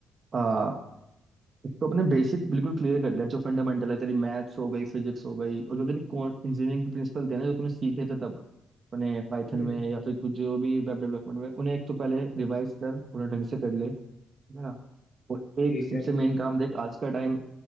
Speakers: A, on the right; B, on the left.
A: आ, एक तो अपने बेसिक बिल्कुल क्लियर कर लिया जो फंडामेंटल है तेरी मैथ्स हो गई फिजिक्स हो गई और जो तेरी इंजीनियरिंग के प्रिंसिपल थे ना जो तूने सीखे थे तब अपने पाइथन
B: हम्म
A: में या फिर कुछ जो भी वेब डेवलपमेंट में उन्हें एक तो पहले रिवाइज कर उन्हें ढंग से कर ले है ना और एक
B: ठीक
A: सबसे
B: है
A: मेन काम देख आज का टाइम